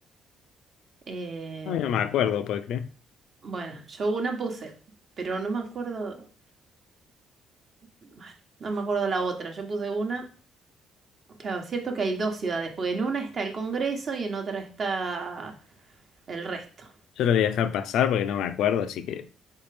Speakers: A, on the right (about 45°); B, on the left (about 80°).
A: Em,
B: Ay, no me acuerdo, ¿puedo creer?
A: bueno, yo una puse, pero no me acuerdo. Bueno, no me acuerdo la otra. Yo puse una. Claro, es cierto que hay dos ciudades, porque en una está el Congreso y en otra está el resto.
B: Yo lo voy a dejar pasar porque no me acuerdo, así que...